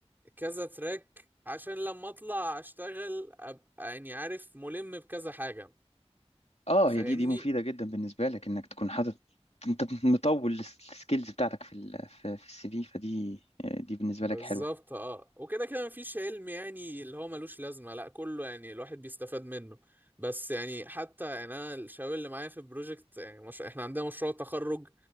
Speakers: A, on the right (about 15°); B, on the left (about 70°).
A: كذا تراك عشان لما اطلع اشتغل ابقى يعني عارف ملم بكذا حاجة
B: اه
A: فاهمني
B: هي دي دي مفيده جدا بالنسبه لك انك تكون حاطط انت مطول السكيلز بتاعتك في ال في, في السي في فدي دي بالنسبه
A: بالظبط
B: لك حلوه
A: اه وكده كده مفيش علم يعني اللي هو ملوش لازمة لا كله يعني الواحد بيستفاد منه بس يعني حتى يعني انا الشباب اللي معايا في البروجكت يعني مش... احنا عندنا مشروع تخرج